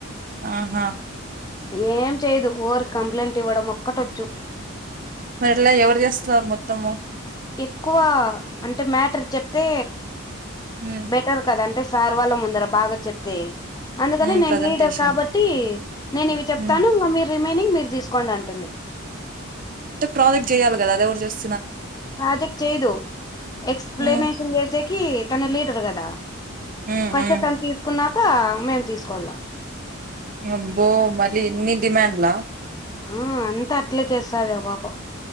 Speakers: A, on the right; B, on the left.
A: ఆ హా
B: ఏం చేయదు ఓర్క కంప్లైంట్ ఇవ్వడం ఒక్కటొచ్చు
A: మరి ఇట్లా ఎవర్ చేస్తున్నారు మొత్తము
B: ఎక్కువా అంటే మ్యాటర్ చెప్తే
A: ఉమ్
B: బెటర్ కదని ట్ సార్ వాళ్ళ్ముందర బాగా చెప్తే అందుకని
A: ఉమ్
B: నేన్
A: ప్రజెంటేషన్
B: లీడర్ కాబట్టి ఇవి చెప్పతాను
A: ఉమ్
B: ఇంగా మీరి విని మీర్తీసుకోండి అంటుంది
A: అంటే ప్రాజెక్ట్ చేయాల గదా అది ఎవర్జేస్
B: ప్రాజెక్ట్ చేయ్దు ఎక్స్ప్లనేఫన్
A: ఉమ్
B: చేసేకి తన లీడర్ గదా
A: ఉమ్
B: ఫస్ట్
A: ఉమ్
B: తన్తీసుకున్నాక మేమ్ తీసుకోల్లా
A: అబ్బో మరి ఇన్ని డిమాండ్లా
B: ఆ అంతా అట్లే చేస్తది ఆ పాప